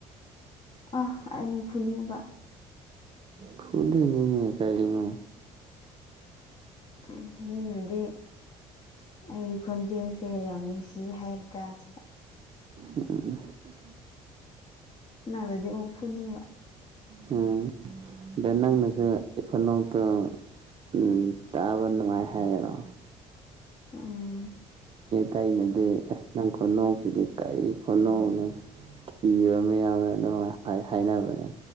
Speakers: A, on the left (about 35°); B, on the right (about 35°).
A: ꯑ ꯑ ꯐꯅꯤꯕ
B: ꯐꯨꯂ ꯅꯩꯅꯅꯤ ꯀꯥꯏꯅ
A: ꯎ ꯍꯥꯏꯗꯤ ꯑꯩ ꯈꯣꯟꯖꯦꯜꯁꯦ ꯌꯥꯝ ꯅꯨꯡꯁꯤ ꯍꯥꯏꯔ ꯀꯥꯟꯁꯤꯗ
B: ꯑ
A: ꯅꯪꯗꯤ ꯑꯣꯐꯨꯅꯤꯡꯕ
B: ꯎꯝ ꯑ ꯅꯪꯅꯁꯨ ꯏꯐꯣꯇꯣ ꯎꯝ ꯇꯥꯕ ꯅꯨꯡꯉꯥꯏ ꯍꯥꯏꯔꯣ
A: ꯎꯝ
B: ꯇꯩꯩꯅꯗꯤ ꯑꯁ ꯅꯪ ꯈꯨꯣꯟꯅꯨꯡꯣꯡꯁꯤꯗꯤ ꯀꯔꯤ ꯈꯨꯣꯟꯅꯅꯨꯡꯅꯣ ꯀꯤꯕ ꯑꯃ ꯌꯥꯎꯋꯦ ꯑꯗꯨꯃꯥꯏꯅ ꯍꯥꯏꯅꯕꯅꯦ